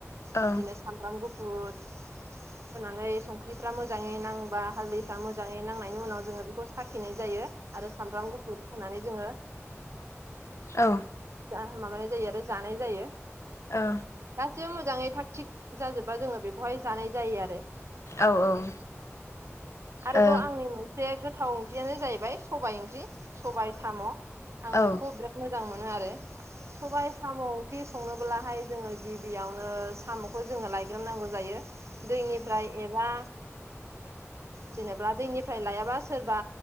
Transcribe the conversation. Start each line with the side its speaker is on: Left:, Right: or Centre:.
Left: औ
Right: बिदिनो सामब्राम गुफुर होनानै संख्रिफ्रा मोजाङै नांबा हाल्दैफ्रा मोजाङै नांनायनि उनाव जोङो बेखौ साखिनाय जायो आरो सामब्राम गुफुर होनानै जोङो
Left: औ।
Right: जा माबानाय जायो आरो जानाय जायो।
Left: औ।
Right: गासिबो मोजाङै थाग थिग जाजोबबा जोङो बेखौहाय जानाय जायो आरो। <unintelligible>
Left: औ ओम
Right: आरोबाव
Left: औ
Right: आंनि मोनसे गोथ थाव ओंख्रियानो जाहैबाय सबाइ ओंख्रि सबाइ साम' आं
Left: औ
Right: बेखौ बिराद मोजां मोनो आरो सबाइ साम ख्रि संनोब्लाहाय जोङो गिबियावनो साम'खौ जोङो लायग्रोननांगौ जायो। दैनिफ्राय एबा जेनेबा दैनिफ्राय लायाबा सोरबा